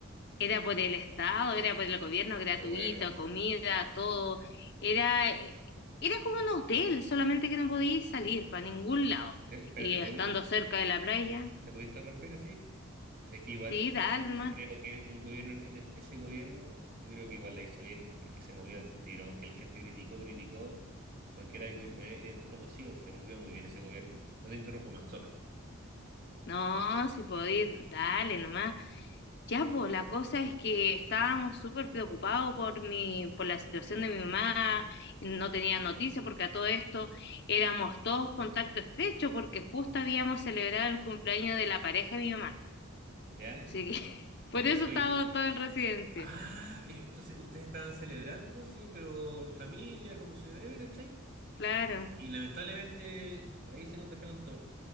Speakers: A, on the left; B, on the right.
A: era por el Estado, era por el gobierno, gratuito,
B: Qué bueno.
A: comida, todo. Era, era como un hotel, solamente que no podías salir para ningún lado.
B: Te- Espera,
A: Y
B: ¿te puedo,
A: estando cerca de la playa,
B: te puedo interrumpir así? Sé que igual
A: sí, dale
B: cre-
A: nomás.
B: creo que el gobierno, en en es- ese gobierno, yo creo que igual la hizo bien porque se movió al tiro, aunque la gente criticó, criticó, porque era algo in- eh, eh, desconocido, se movió muy bien ese gobierno. No te interrumpo más, sorry.
A: No, si podéis, dale nomás. Ya, pues la cosa es que estábamos súper preocupados por mi, por la situación de mi mamá, no tenía noticia porque a todo esto éramos todos contacto estrecho porque justo habíamos celebrado el cumpleaños de la pareja de mi mamá.
B: ¿Ya?
A: Así que <laughs>
B: Uy,
A: por eso estábamos todos en residencia.
B: Ah, eh, entonces ustedes estaban celebrando, sí, pero en familia, como se debe, ¿cachai?
A: Claro.
B: Y lamentablemente ahí se contagiaron todos.